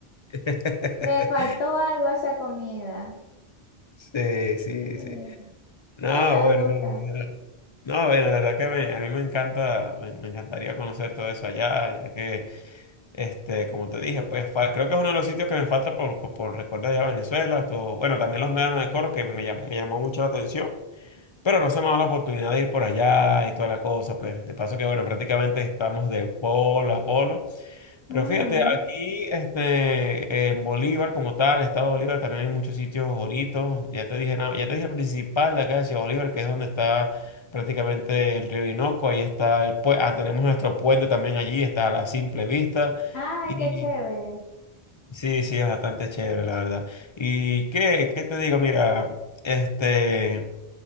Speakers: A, on the left; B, on the left.
A: <laughs>
B: Le faltó algo a esa comida.
A: Sí, sí,
B: Sí,
A: sí. No,
B: que me
A: bueno,
B: gusta.
A: no, no, No, bueno, la verdad que me- a mí me encanta, me, me encantaría conocer todo eso allá, ya que, este, como te dije, pues fa- creo que es uno de los sitios que me falta por, por recordar allá Venezuela, todo, bueno, también los médanos de Coro, que me llamó, me llamó mucho la atención. Pero no se me ha dado la oportunidad de ir por allá y toda la cosa, pues. De paso que, bueno, prácticamente estamos de polo a polo. Pero
B: Ujú.
A: fíjate, aquí este, en Bolívar, como tal, Estado Bolívar, también hay muchos sitios bonitos. Ya te dije, nada- ya te dije el principal de acá de Ciudad Bolívar, que es donde está prácticamente el río Orinoco. Ahí está el puente. Ah, tenemos nuestro puente también allí, está a la simple vista.
B: Ay,
A: Y
B: qué chévere.
A: sí, sí, es bastante chévere, la verdad. ¿Y qué, qué te digo? Mira, este.